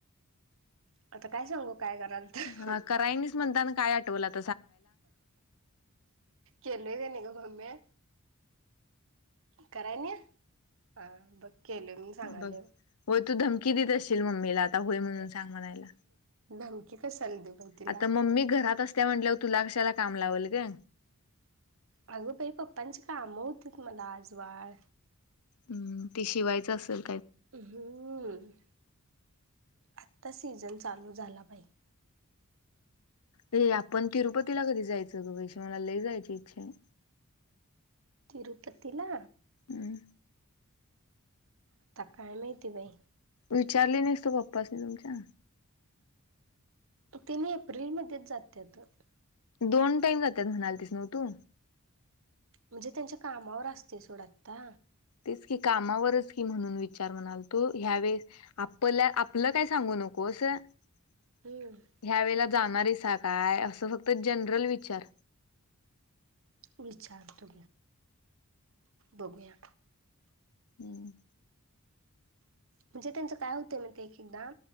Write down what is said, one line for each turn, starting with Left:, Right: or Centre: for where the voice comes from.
Right: आता काय सांगू काय कराल त
Left: हा
Right: ह
Left: करायनीच म्हणताना काय आठवलंत
Right: केलोय कणी ग मम्मे कराय नही हा? बघ केलोय म्हणून सांगायल्या
Left: बघ.
Right: बग.
Left: होय तू धमकी देत अशी ममीला आता होय म्हणून सांग म्हणायला
Right: धमकी कशाला देऊ बाई तिला
Left: आता मम्मी घरात अस त्या म्हंटल्यावर तुला कशाला काम लावल ग
Right: अग बय पप्पांची काम होतीत मला आज बाळ
Left: हम्म ते शिवायच असल
Right: हम्म आता सीझन चालू झाला बाई
Left: ये आपण तिरुपतीला कधी जायचं ग वैशे मला लई जायची इच्छा हाय.
Right: तिरूपतीला
Left: हम्म
Right: आता काय माहिती बाई
Left: विचारली नाहीस तू पप्पाासनी तुमच्या
Right: तेनि एप्रिलमध्येच जात्यात वाट
Left: दोन टाईम जात्यात म्हणालतीस न्हव तू
Right: म्हणजे त्यांच्या कामावर असतय सोड आता
Left: तेच की कामावरच की म्हणून विचार म्हणाल तो ह्या वेळेस स आप आपलं काय सांगून नकोस ह्या
Right: हम्म
Left: वेळेला जाणार आहेस. येता काय अस फक्त जनरल विचार.
Right: विचारतो बघुया.
Left: हम्म
Right: म्हणजे त्यांचं काय होतय माहिती एक एकदा